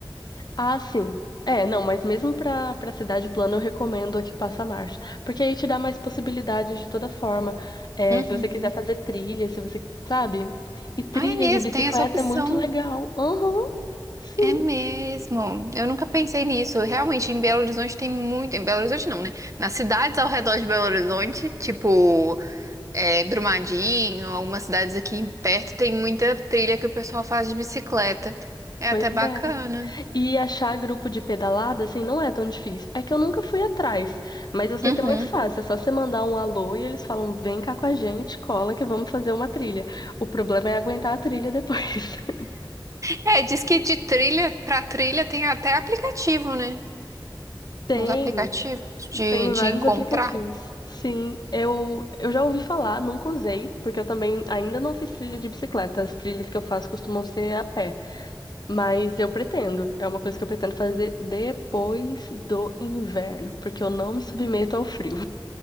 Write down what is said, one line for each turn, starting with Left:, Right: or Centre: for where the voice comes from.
Left: Ah, sim. É, não, mas mesmo para para cidade plana eu recomendo a que passa a marcha, porque aí te dá mais possibilidades de toda forma. É,
Right: Uhum.
Left: se você quiser fazer trilha, se você, sabe? E trilha
Right: Ah, é mesmo,
Left: de bicicleta
Right: tem essa opção.
Left: é muito legal. Uhum, sim,
Right: É mesmo. Eu nunca pensei nisso. Realmente, em Belo Horizonte tem muito. Em Belo Horizonte não, né? Nas cidades ao redor de Belo Horizonte, tipo é, Brumadinho, algumas cidades aqui perto, tem muita trilha que o pessoal faz de bicicleta. É
Left: pois
Right: até bacana.
Left: é. E achar grupo de pedalada, assim, não é tão difícil. É que eu nunca fui atrás, mas eu sei
Right: Uhum.
Left: que é muito fácil. É só você mandar um alô e eles falam: vem cá com a gente, cola que vamos fazer uma trilha. O problema é aguentar a trilha depois. <laughs>
Right: É, diz que de trilha pra trilha tem até aplicativo, né?
Left: Tem.
Right: Uns aplicativos de,
Left: Tem
Right: de
Left: vários
Right: encontrar.
Left: aplicativos. Sim, eu, eu já ouvi falar, nunca usei, porque eu também ainda não fiz trilha de bicicleta. As trilhas que eu faço costumam ser a pé, mas eu pretendo. É uma coisa que eu pretendo fazer depois do inverno, porque eu não me submeto ao frio.